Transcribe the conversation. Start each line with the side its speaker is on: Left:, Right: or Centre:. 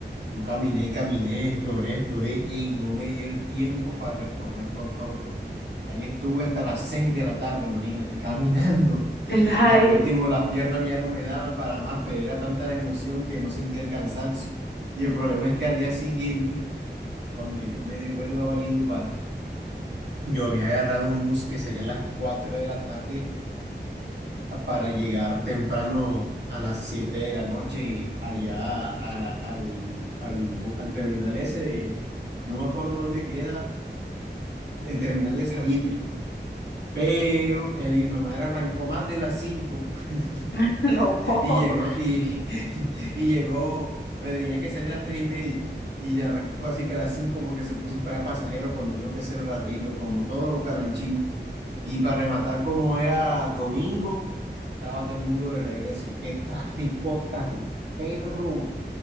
Right: Yo caminé, caminé, exploré, exploré y no me dio el tiempo para recorrerlo todo. Ahí estuve hasta las seis de la tarde, imagínate, caminando. <laughs>
Left: El viaje,
Right: A lo último las piernas ya no me daban para más, pero era tanta la emoción que no sentía el cansancio. Y el problema es que al día siguiente, cuando yo me devuelvo a Valledupar, yo había agarrado un bus que salía a las 4 de la tarde para llegar temprano a las 7 de la noche y allá a- al, al, al terminal ese, no me acuerdo dónde queda, el terminal de Salitre, pero el hijo de madre arrancó más de las cinco <laughs>
Left: <laughs> no,
Right: Y
Left: <laughs>
Right: llegó, y, <laughs> y llegó, donde tenía que salir a las tres y media. Y arrancó así que a las cinco porque se puso para pasajeros cuando digo que ser rapidito, como todo calanchín. Y para rematar, como era domingo, estaba todo el mundo de regreso. ¡Qué tráfico tan perro!